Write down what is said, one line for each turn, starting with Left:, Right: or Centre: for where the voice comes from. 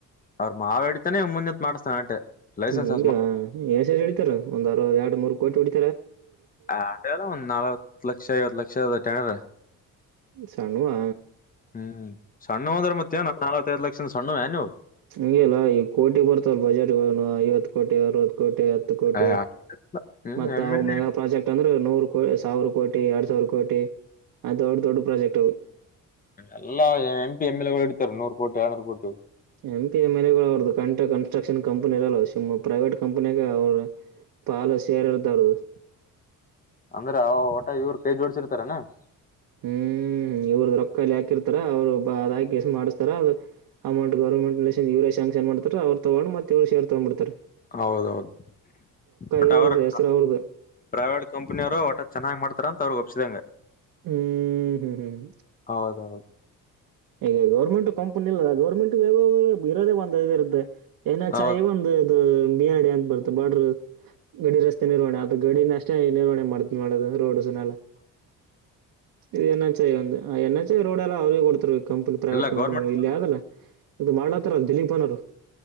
Left: ಅವ್ರರು ಮಾವ ಹೇಡಿತಾನೆ ಮುಂದೆತ್ ಮಾಡ್ಸ್ತಾನೆ ಆಟೆ ಲೈಸೆನ್ಸ್
Right: ಹಂಗ ಎ ಸ ಹಡಿತಾರ ಒಂದ್ರು ಎರಡು ಮೂರು ಕೋಟಿ ಹೊಡಿತ
Left: ಅದೇ ಅಲ್ಲ ಒಂದ್ ನಾಲ್ವತ್ ಲಕ್ಷ ಐವತ್ ಲಕ್ಷನ್ರ
Right: ಸಣವಾ
Left: ಹ್ಮ್ ಸಣ್ಣ ಅಂದ್ರೆ ಮತ್ತೆವ ನ ನಾವತ್ತೈದ್ ಲಕ್ಷದ ಸಣ್ಣವ್ಯಾ ನೀವು
Right: ಹಂಗಗೆಲ್ಲ ಈಗ ಕೋಟಿ ಬರ್ತವಲ್ ಬಜೆಟ್ ಐವತ್ತು ಕೋಟಿ ಅರವತ್ತು ಕೋಟಿ ಕೋಟಿ
Left: ಹ್ಮ್
Right: ಮ
Left: ಎಮ್ ಎಲ್
Right: ಮೆಗ ಪ್ರೆಕ್ಟ್ ಅಂದ್ರ ನೂ ಸಾವಿರ ಕೋಟಿ ಎರಡ್ ಸಾವಿರ ಕೋಟಿ ಅ ದೊಡ್ ದೊಡ್ಡ ಪ್ರಾಜೆಕ್ಟ್ <inaudible>
Left: ಎಲ್ಲಾ ಎಂ ಪಿ ಎಂ ಎಲ್ ಗಳು ಇಡ್ತಾರೆ ನೂರು ಕೋಟಿ ಆಳ್ನೂರು ಕೋಟಿ <inaudible>
Right: ಎಂ ಪಿ ಎಮ ಎ ಗಳು ಅವ್ರದ್ದು ಕಂಟ ಕನ್ಟ್ರಕ್ಷನ್ ಕಂಪ್ನಿ ಇರಲ್ಲ ಸಮ್ಮ್ ಪ್ರೈವೇಟ್ ಕಂಪ್ನಿಗೆ ಅವರು <inaudible> ಪಲು ಸೇರೆರ್ದ ಅವ್ರದು <inaudible>
Left: ಅಂದ್ರೆ ಅವ ಒಟ ಇವ್ರು ಕೈ ಜೋಡ್ಸಿರ್ತಾರನಾ <inaudible>
Right: ಹ್ಮ್ ಇವ್ರದ ರೊಕ್ಕ <inaudible> ಹಾಕಿರ್ತಾರ ಅವ್ರು ಬ ಅಾಕಸ ಮಾಡ್ತಾರ ಅಮೌಂಟ್ ಗವರ್ಮೆಂಟ್ ಇವರೇ ಶಾಂಕ್ಷನ್ ಮಾಡ್ತಾರೆ ಅವ್ರ <inaudible> ತಗೋ ಮತ್ತವ್ ಶೇರ್ ತಗೊಂಬಡ್ತಾರೆ <inaudible>
Left: ಹೌದೌದು ಬಟ್
Right: ಇವ್ರದು
Left: ಅವರು <inaudible>
Right: ಹೆಸರು ಅವ್ರದು
Left: ಪ್ರೈವೇಟ್ ಕಂಪನಿಯ ಅವರು ಒಟ ಚನ್ನಾಗ್ ಮಾಡ್ಾರೆ <inaudible> ಹತ್ರ ತ್ರಗ ಒಪ್ಪಸಿದೆಂಗ
Right: ಹ್ಮ್ ಹ್ಮ್ ಹ್ಮ್
Left: ಹೌದೌದು <inaudible>
Right: ಈಗ ಗೌರ್ಮೆಂಟ್ ಕಂಪನಿ ಇಲ್ಲ ಗೌರ್ಮೆಂಟ್ ಇರೋದೇ ಒಂದ ಇರ್ದೆ <inaudible> ನ
Left: ಹೌದು
Right: ಚ ಒಂದು <inaudible> ಬಿಡಿ ಅಂತ ಬರುತ್ತೆ ಬಾರ್ಡ್ರ ಗಡಿ ರಸ್ತೆ ನಿರ್ವಹಣೆ ಅದು ಗಡಿನ ಅಷ್ಟೇ ನಿರ್ವಹೆ ಮಾಡ್ತಾರೆ <inaudible> <inaudible> ನದು ರೋಡ್ಸನ ಎಲ್ಲ <unintelligible> ಇದು ಎನ್ ಎಚ್ ಐ ಅ ಆ ಎನ್ ಎಚ್ ಐ ರೋಡ್ ಎಲ್ಲ ಅವ್ರರಿಗೆ ಕೊಡ್ತ ಈ ಕಂಪ್ನಿವಟ್
Left: ಇಲ್ಲ
Right: ಕಂಪ್ನಿಗಳು
Left: ಗೌರ್ಮೆಂಟ್
Right: ಇಲ್ಲಿ ಅದಲ್ಲ <inaudible> ಇದು ಮಾಡ್ಲತ್ತಾರಲ್ ದಿಲೀಪನವರು <inaudible>